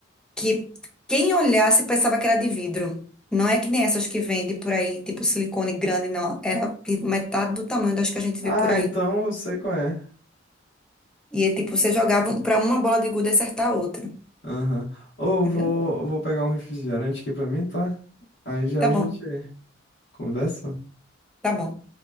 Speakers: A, in the centre; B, on the left.
A: que quem olhasse pensava que era de vidro. Não é que nem essas que vendem por aí, tipo silicone grande, não. Era tipo, metade do tamanho das que a gente
B: Ah,
A: vê por aí.
B: então eu sei qual é.
A: E é tipo, você jogava pra uma bola de gude acertar a outra.
B: Aham. Ou
A: Entendeu?
B: vou, eu vou pegar um refrigerante aqui pra mim, tá? Aí já
A: Tá
B: a
A: bom,
B: gente conversa.
A: tá bom.